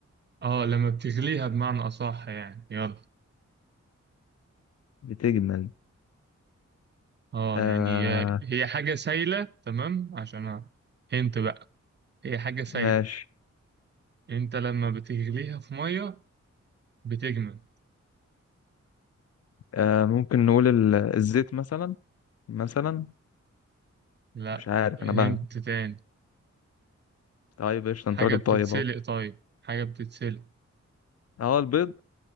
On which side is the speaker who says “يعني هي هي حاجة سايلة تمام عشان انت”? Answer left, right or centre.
Right